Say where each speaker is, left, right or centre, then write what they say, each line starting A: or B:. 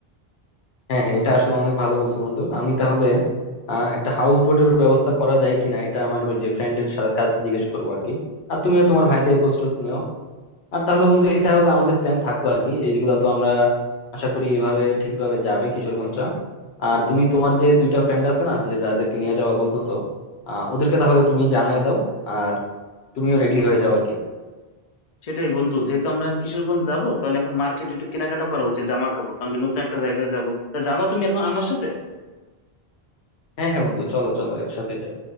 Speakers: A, on the left; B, on the left.
A: হ্যাঁ হ্যাঁ এটা আসলে অনেক ভালো বলছো বন্ধু আমি তাহলে আহ, একটা হাউস বোটের ব্যবস্থা করা যায় কিনা এটা আমার ওই যে ফ্রেন্ডের কাছে জিজ্ঞেস করবো আর কি আর তুমিও তোমার ভাইদের খোঁজ টোজ নিও আর তাহলে বন্ধু এই তাহলে আমাদের প্ল্যান থাকলো আর কি এইগুলা তো আমরা আশা করি এভাবে ঠিকভাবে যাবে কিশোরগঞ্জটা আর তুমি তোমার যে দুইটা ফ্রেন্ড আছে না যে যাদেরকে নিয়ে যাওয়া বলতেছো আহ ওদেরকে তাহলে তুমি জানায় দাও আর তুমিও রেডি হয়ে যাও আর কি
B: সেটাই বন্ধু যেহেতু আমরা এখন কিশোরগঞ্জ যাবো তাহলে এখন মার্কেট একটু কেনাকাটা করা উচিত জামা কাপড় কারণ কি নতুন একটা জায়গায় যাবো তো যাবা তুমি এখন আমার সাথে
A: হ্যাঁ হ্যাঁ বন্ধু চলো চলো একসাথে যাই